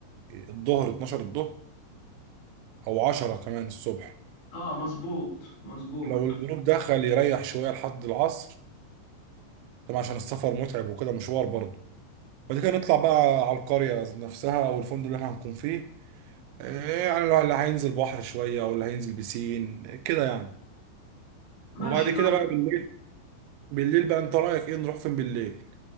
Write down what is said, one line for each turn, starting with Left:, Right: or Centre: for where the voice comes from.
Right: الظهر 12 الظهر او 10 كمان الصبح
Left: اه مظبوط مظبوط
Right: لو الجروب دخل يريح شويه لحد العصر طبعا عشان السفر متعب وكده مشوار برضه بعد كده نطلع بقى على القريه نفسها او الفندق اللي احنا هنكون فيه إيه يعني لو اللي هينزل بحر شويه او اللي هينزل بسين كده يعني
Left: ماشي
Right: وبعد كده
Left: ده
Right: بقى بالليل بالليل بقى انت رايك ايه نروح فين بالليل